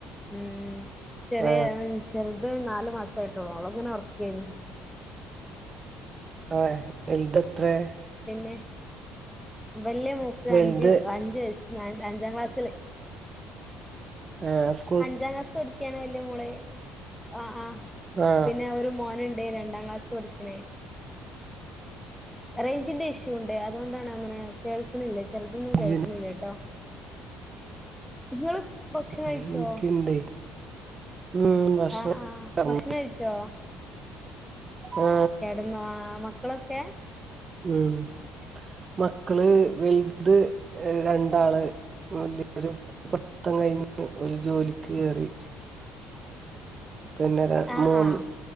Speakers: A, in the centre; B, on the right.
A: മ്മ് ചെറിയെ
B: ആ
A: ചെറുത് നാല് മാസയിട്ടുള്ളു ഓളങ്ങനെ ഓർക്കയനു
B: ആ വെൽദത്രെ
A: പിന്നെ വല്യ മോൾക്ക്
B: വലുത്
A: അഞ്ച് അഞ്ച വയസ് അഞ്ചാം ക്ലാസ്സില്
B: ആഹ്
A: അഞ്ചാം ക്ലാസ് പഠിക്കാണ് വല്യ മോള് ആഹ് ആഹ്
B: ആ
A: പിന്നെ ഒരു മോനുണ്ട് രണ്ടാം ക്ലാസ് പഠിക്കണേ റേഞ്ചിന്റെ ഇഷ്യൂ ഉണ്ട് അതുകൊണ്ടാണ് അങ്ങനെ കേൾക്കുന്നില്ലേ ചെറതൊന്നും
B: റേഞ്ചിന്
A: കേൾക്കുന്നില്ലട്ടോ ഇങ്ങള് ഭക്ഷണം കഴിച്ചോ?
B: എനിക്കിണ്ടേ ഉം ഭക്ഷണം
A: ആഹ് ആഹ് ഭക്ഷണം കഴിച്ചോ
B: ആ
A: കടന്നോ ആഹ് ക്കളൊക്കെ
B: ഉം മക്കള് വലുത് രണ്ടാള് വലീയൊരു പട്ടം കഴിഞ്ഞ് ഒരു ജോലിക്ക് കേയറി പിന്നെരു
A: ആഹ്
B: മൂന്ന്
A: ആഹ്